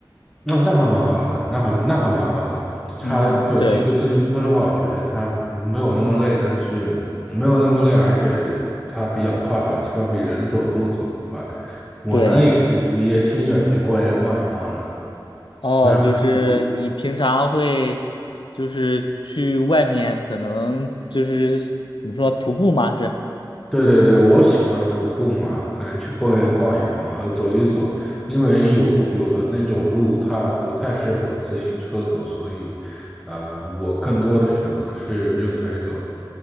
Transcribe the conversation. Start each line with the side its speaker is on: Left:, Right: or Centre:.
Centre: 那、那还蛮好的，那还那还蛮好的。
Left: 嗯，
Centre: 他就骑个自行车的话，
Left: 对
Centre: 我觉得他没有那么累，但是没有那么累，而且他比较快吧，起码比人走路走得快。我呢也
Left: 对，
Centre: 也挺喜欢去逛街逛一逛的。
Left: 哦，
Centre: 那和你不
Left: 就是你平常会就是去外面，可能就是怎么说徒步吗？是
Centre: 对对对，我喜欢徒步嘛，可能去公园逛一逛，呃，走一走，因为有有的那种路它不太适合自行车走，所以，呃，我更多的选择是用腿走，